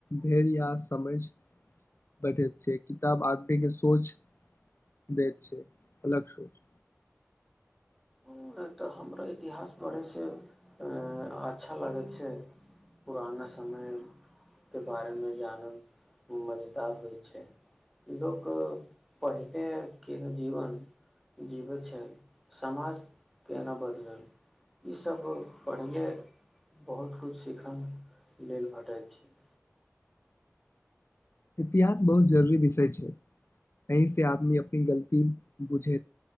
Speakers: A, on the left (about 55°); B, in the centre.
A: धैर्य या समझ बैठैत छै किताब आ सोच देत छै अलग सोच
B: छै तऽ हमर इतिहास बढ़ैसँ अच्छा लगै छै पुराना समयके बारेमे जानै मजेदार होइ छै लोक पहिलेके ने जीवन जीबै छै समाज। केना बदलल ईसभ पहिले बहुत किछ सिखन लेल भेटैत छै।
A: इतिहास बहुत जरूरी विषय छै एहिीसँ आदमी अपनी गलती बुझैत